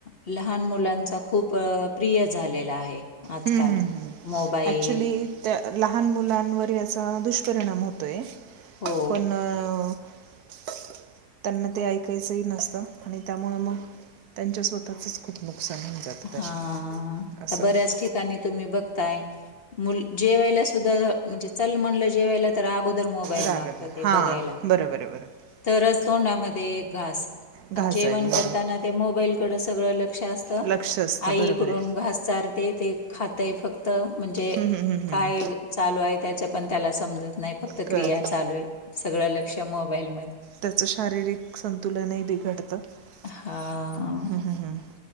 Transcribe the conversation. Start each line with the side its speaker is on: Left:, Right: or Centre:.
Left: लहान मुलांचा खूप प्रिय झालेला आहे आजकाल
Right: हम्म, हम्म, हम्म.
Left: मोबाईल
Right: ॲक्च्युली त्या लहान मुलांवर याचा दुष्परिणाम होतोयं
Left: हो.
Right: पण <unintelligible> त्यांना ते ऐकायचंही नसतं आणि त्यामुळे मग त्यांच्या स्वतःच खूप नुकसान होऊन जातं त्याच्यात
Left: हा
Right: असं
Left: तर बऱ्याच ठिकाणी तुम्ही बघतायं मू जेवायला सुद्धा म्हणजे चल म्हणाल जेवायला तरं अगोदर र मोबाईल
Right: रागत
Left: मागतं ते
Right: हां
Left: बघायला
Right: बरोबर आहे बरोबर
Left: तरच तोंडामध्ये घास
Right: घास
Left: आणि जेवण
Right: जाईल बरोबर
Left: करताना ते मोबाईलकड सगळं लक्ष असतं.
Right: लक्ष असतं
Left: आई
Right: बरोबर
Left: इकडून
Right: आहे
Left: घास चारते ते खातयं फक्तं म्हणजे
Right: हम्म, हम्म, हम्म, हम्म.
Left: काय चालू आहे त्याच्या पण त्याला समजत नाही फक्त
Right: कळत
Left: क्रिया
Right: नाही
Left: चालू आहे सगळं लक्ष मोबाईलमध्ये
Right: त्याच शारीरिक संतुलनही बिघ हम्म
Left: हा
Right: हम्म हम्म